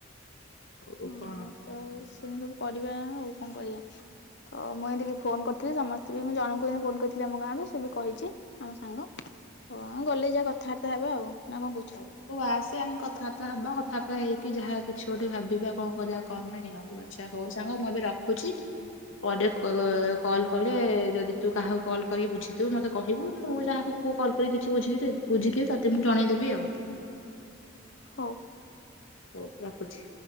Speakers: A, on the left; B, on the left.
A: ଆଉ
B: ହଁ
A: କଣ
B: ତ ସେମିତି ସବୁ କରିବା ନା ଆଉ କଣ କରିବା? ତ ମୁଁ ଏମିତିକେ ଫୋନ କରିଥିଲି ସମସ୍ତେ ବି ମୁଁ ଜଣଙ୍କୁ ବି ଫୋନ କରିଥିଲି ଆମ ଗାଁରୁ ସିଏ ବି କହିଚି ଆମ ସାଙ୍ଗ। ତ ଗଲେ ଯାହା କଥାବାର୍ତ୍ତା ହବା ଆଉ। ନା କଣ କହୁଛୁ?
A: ହୋଉ ତୁ ଆସେ ଆମେ କଥା ତା ହବା କଥାବାର୍ତ୍ତା ହେକି ଯାହା କିଛି ଗୋଟେ ଭାବିବା କଣ କରିବା କଣ ନାହିଁ ଆଉ। ଆଚ୍ଛା ହୋଉ ସାଙ୍ଗ ମୁଁ ଏବେ ରଖୁଚି ପରେ କ କଲ୍ କଲେ ଯଦି ତୁ କାହାକୁ କଲ୍ କରିକି ବୁଝିଥିବୁ ମତେ କହିବୁ ମୁଁ ଯାହାକୁୁ କଲ୍ କରିକି କିଛି ବୁଝିବି ବୁଝିଥିବି ତତେ ମୁଁ ଜଣେଇଦେବି ଆଉ।
B: ହୋଉ।
A: ହୋଉ ରଖୁଛି।